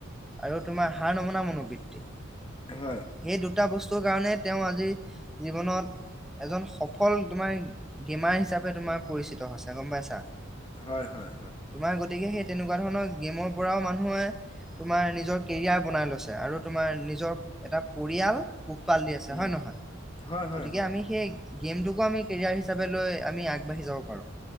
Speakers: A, in the centre; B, on the left.
A: আৰু তোমাৰ হাৰ নমনা মনোবৃত্তি।
B: হয়
A: সেই দুটা বচ কাৰণে তেওঁ আজি জীৱনত এজন সফল তোমাৰ গেমাৰ হিচাপে তোমাৰ পৰিচিত হৈছে গম পাইছা?
B: হয়, হয়, হয়।
A: তোমাৰ গতিকে সেই তেনেকুৱা ধৰণৰ গেমৰ পৰাও মানুহে তোমাৰ নিজৰ কেৰিয়াৰ বনাই লৈছে, আৰু তোমাৰ নিজৰ এটা পৰিয়াল পাল দি আছে
B: উম
A: হয়, নহয়?
B: হয়
A: গতিকে
B: হয় হয়
A: আমি সেই গেমটোকো আমি কেৰিয়াৰ হিচাপে লৈ আমি আগ বাঢ়ি যাব পাৰোঁ।